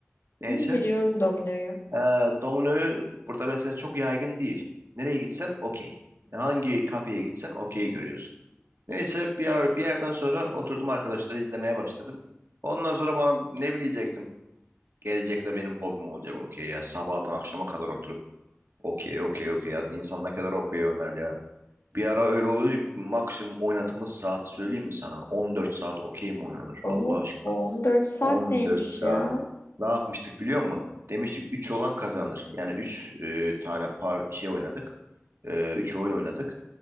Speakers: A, on the right; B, on the left.
A: Neyse.
B: Hı, biliyorum dominoyu.
A: Ha, dominoyu burada mesela çok yaygın değil. Nereye gitsen okey. Hangi kafeye gitsen okey görüyorsun. Neyse bir, yer- bir yerden sonra oturdum arkadaşları izlemeye başladım. Ondan sonra bana ne bilecektim? Gelecekte benim hobim olacak okey ya. Sabahtan akşama kadar oturup okey okey okey ya. İnsan ne kadar okey oynar ya. Bir ara öyle oluyor. Maksimum oynadığımız saat söyleyeyim mi sana? 14 saat okey mi oynanır
B: Oo,
A: Allah aşkına?
B: 14 saat
A: 14
B: neymiş
A: saat.
B: ya?
A: Ne yapmıştık biliyor musun? Demiştik 3 olan kazanır. Yani 3 e, tane par şey oynadık. 3 oyun oynadık.